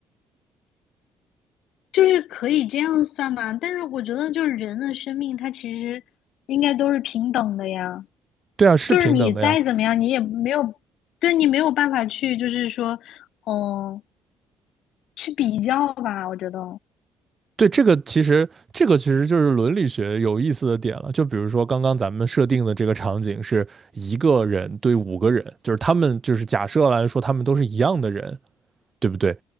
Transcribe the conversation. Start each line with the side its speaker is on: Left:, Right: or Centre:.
Left: 就是可以这样算吗？但是我觉得，就是人的生命，它其实应该都是平等的呀。
Right: 对啊，是平等的呀。
Left: 就是你再怎么样，你也没有，就是你没有办法去，就是说，哦，去比较吧。我觉得，
Right: 对，这个其实这个其实就是伦理学有意思的点了。就比如说刚刚咱们设定的这个场景是一个人对五个人，就是他们就是假设来说他们都是一样的人，对不对？